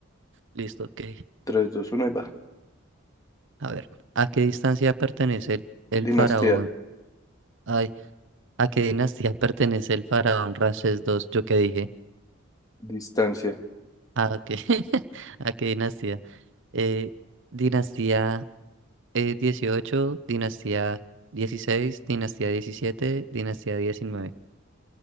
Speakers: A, on the right; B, on the left.
A: Listo, ok.
B: tres dos uno y va.
A: A ver, ¿a qué distancia pertenece el, el
B: Dinastía,
A: faraón? Ay, ¿a qué dinastía <laughs> pertenece el faraón Ramsés II? ¿Yo qué dije?
B: distancia.
A: Ah, ok. <laughs> ¿A qué dinastía? Eh, dinastía eh, 18, dinastía dieciséis dinastía diecisiete dinastía diecinueve